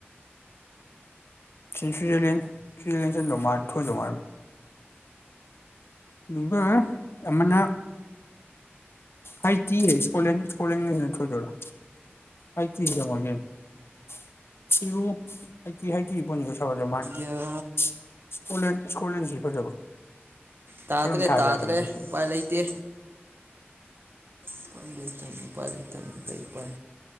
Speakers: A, on the left; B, on the right.
A: ꯁꯤ ꯁ꯭ꯋꯤꯖꯔꯂꯦꯟ ꯁ꯭ꯋꯤꯖꯔꯂꯦꯟ ꯆꯟꯗꯧ ꯃꯥꯂꯤ ꯊꯣꯏꯗꯧ ꯃꯥꯟ ꯅꯨꯕ ꯑꯃꯅ ꯍꯥꯏꯇꯤ ꯏꯀꯣꯠꯂꯦꯟ ꯏꯀꯣꯠꯂꯦꯟ ꯅ ꯊꯣꯏꯗꯣꯏꯔꯣ ꯍꯥꯏꯇꯤ <unintelligible> ꯊꯤꯔꯨ ꯍꯥꯏꯇꯤ ꯍꯥꯏꯇꯤ <unintelligible>
B: ꯌꯥ
A: ꯄꯣꯂꯦꯟ ꯏꯀꯣꯠꯂꯦꯟ ꯁꯤ ꯐꯖꯕ
B: ꯇꯥꯗ꯭ꯔꯦ
A: ꯀꯔꯝ ꯊꯥꯖꯥꯠꯅꯣ
B: ꯇꯥꯗ꯭ꯔꯦ
A: ꯈꯪꯗꯦ ꯁꯤ
B: ꯎꯄꯥꯏ ꯂꯩꯇꯦ ꯏꯄꯥꯏ ꯂꯩꯇꯝꯃꯤ ꯂꯩꯇꯝꯃꯤ ꯀꯔꯤ ꯎꯄꯥꯏ